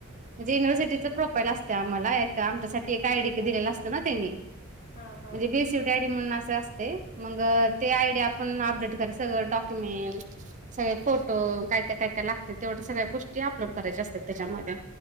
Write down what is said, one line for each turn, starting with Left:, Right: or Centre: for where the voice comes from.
Right: म्हणजे युनिव्हर्सिटीच प्रोफाईल असतयं आम्हाला एक आमच्यासाठी एक आयडी दिलेला असतयं ना त्यांनी म्हणजे
Left: हा हा
Right: बेसि शेवटी आयडी म्हणून असं असतयं मग ते आयडी आपण अपडेट कराय सगळं डॉक्युमेंल सगळे
Left: हम्म
Right: फोटो, काय काय काय काय लागतयं सगळ्या गोष्टी अपलोड करायच्या असतात त्याच्यामध्ये